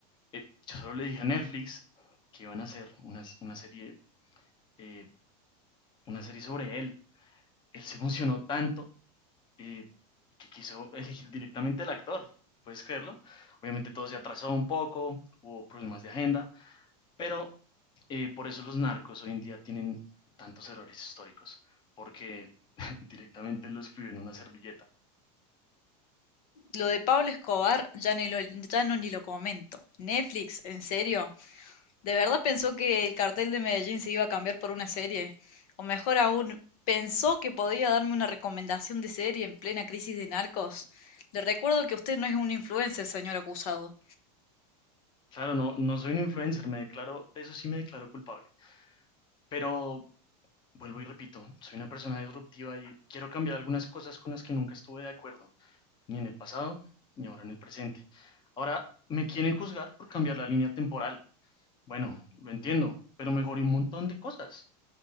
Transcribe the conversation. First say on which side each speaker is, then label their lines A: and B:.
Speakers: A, on the left (about 20°); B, on the left (about 60°).
A: Eh, yo solo le dije a Netflix que iban a hacer una, una serie, eh, una serie sobre él. Él se emocionó tanto eh, que quiso elegir directamente al actor. ¿Puedes creerlo? Obviamente todo se atrasó un poco, hubo problemas de agenda, pero eh, por eso los narcos hoy en día tienen tantos errores históricos, porque <laughs> directamente lo escriben en una servilleta.
B: Lo de Pablo Escobar ya ni lo, ya no ni lo comento. Netflix, ¿en serio? ¿De verdad pensó que el cartel de Medellín se iba a cambiar por una serie? O mejor aún, ¿pensó que podía darme una recomendación de serie en plena crisis de narcos? Le recuerdo que usted no es un influencer, señor acusado.
A: Claro, no, no soy un influencer, me declaro, de eso sí me declaro culpable. Pero vuelvo y repito, soy una persona disruptiva y quiero cambiar algunas cosas con las que nunca estuve de acuerdo, ni en el pasado, ni ahora en el presente. Ahora me quieren juzgar por cambiar la línea temporal. Bueno, lo entiendo, pero mejoré un montón de cosas.